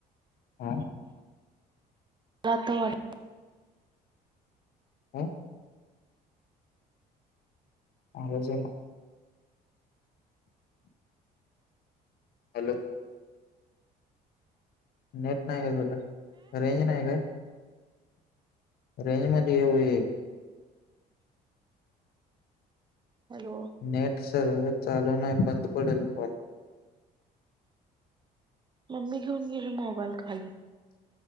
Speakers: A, on the left; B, on the right.
A: हा
B: मला त वाट
A: हो अज हॅलो नेट नाही काला रेंज नाही काय रेंज मध्ये येऊय
B: हॅलो
A: नेट सर्व चालू नाही बंद पडेल कॉल
B: मम्मी घेऊन गेले मोबाईल खाली